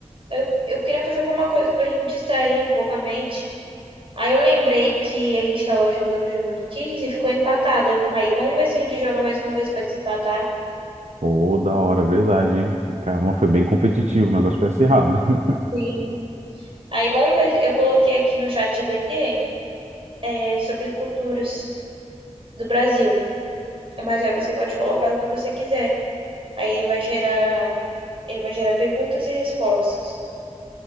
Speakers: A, on the right (about 50°); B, on the right (about 75°).
A: Eu, eu queria fazer alguma coisa pra gente distrair um pouco a mente. Aí eu lembrei que a gente tava jogando o jogo do Kiss e ficou empatada. Aí vamos ver se a gente joga mais uma vez pra desempatar.
B: Pô, da hora, verdade, hein? Caramba, foi bem competitivo, o negócio foi acirrado. <laughs>
A: Sim. Aí vamos ver, eu coloquei aqui no chat GBT, é, sobre culturas do Brasil. Mas aí você pode colocar o que você quiser. Aí ele vai gerar, ele vai gerar perguntas e respostas.